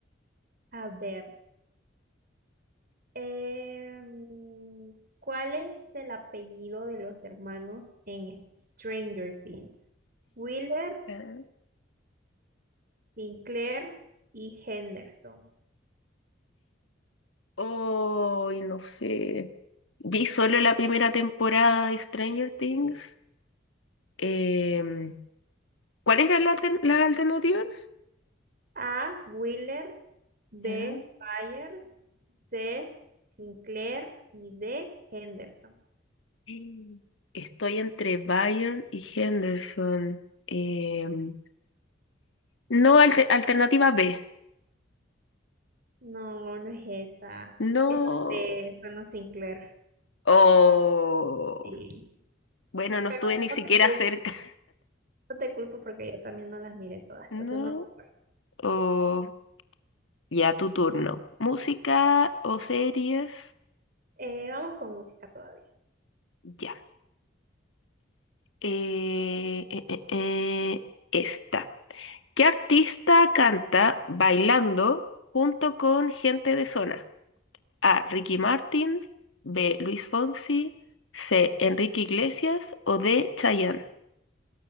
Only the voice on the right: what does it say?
A ver. em, ¿cuál es el apellido de los hermanos en Stranger Things? Wheeler,
Sinclair y Henderson.
A. Wheeler, B.
Byers, C. Sinclair y D. Henderson.
No, no es esa.
Es la C, son los Sinclair.
Sí.
Pero
no te culpo,
no te culpo porque yo también no las miré
todas, entonces
no me acuerdo.
Eh, vamos con música todavía.